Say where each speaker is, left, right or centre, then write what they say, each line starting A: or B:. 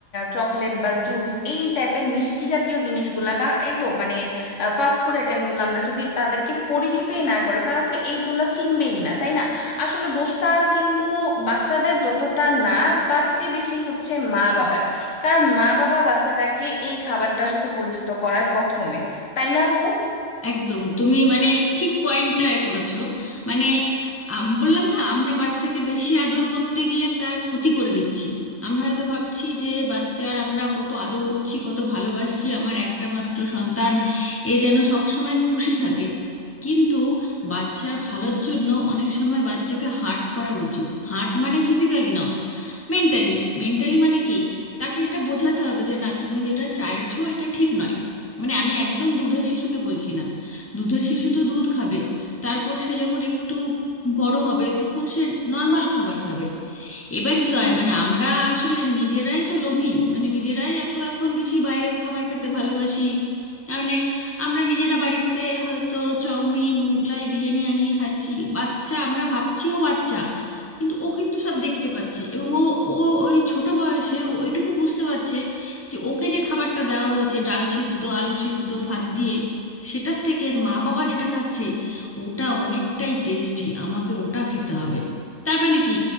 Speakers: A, on the left; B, on the left.
A: চকলেট বা জুস এই টাইপের মিষ্টি জাতীয় জিনিসগুলা বা এই তো মানে ফাস্ট ফুড আইটেমগুলো আমরা যদি তাদেরকে পরিচিতই না করে তারা তো এইগুলা চিনবেই না তাই না আসলে দোষটা কিন্তু বাচ্চাদের যতটা না তার চেয়ে বেশি হচ্ছে মা বাবার কারণ মা বাবা বাচ্চাটাকে এই খাবারটার সাথে পরিচিত করায় প্রথমে তাই না আপু
B: একদম তুমি মানে ঠিক পয়েন্টটাই করেছো মানে আম, বললাম না আমরা বাচ্চাকে বেশি আদর করতে গিয়ে তার ক্ষতি করে দিচ্ছি আমরা হয়তো ভাবছি যে বাচ্চার আমরা কত আদর করছি কত ভালোবাসছি আমার একটা মাত্র সন্তান এ যেন সব সময় খুশি থাকে কিন্তু বাচ্চার ভালোর জন্য অনেক সময় বাচ্চাকে হার্ট করা উচিত হার্ট মানে ফিজিক্যালি না মেন্টালি মেন্টালি মানে কি তাকে এটা বোঝাতে হবে যে না তুমি যেটা চাইছো এটা ঠিক নয় মানে আমি একদম দুধের শিশুকে বলছি না দুধের শিশু তো দুধ খাবে তারপর সে যখন একটু বড় হবে তখন সে নর্মাল খাবার খাবে এবার কি হয় মানে আমরা আসলে নিজেরাই তো লোভী মানে নিজেরাই এত এখন বেশি বাইরের খাবার খেতে ভালোবাসি মানে আমরা নিজেরা বাড়িতে হয়তো চাউমিন মুগলাই বিরিয়ানি আনিয়ে খাচ্ছি বাচ্চা আমরা ভাবছি ও বাচ্চা কিন্তু ও কিন্তু সব দেখতে পাচ্ছে এবং ও ও ওই ছোট বয়সে ও ওইটুকু বুঝতে পারছে যে ওকে যে খাবারটা দেওয়া হয়েছে ডাল সিদ্ধ আলু সিদ্ধ ভাত দিয়ে সেটার থেকে মা বাবা যেটা খাচ্ছে ওটা অনেকটাই টেস্টি আমাকে ওটা খেতে হবে তার মানে কি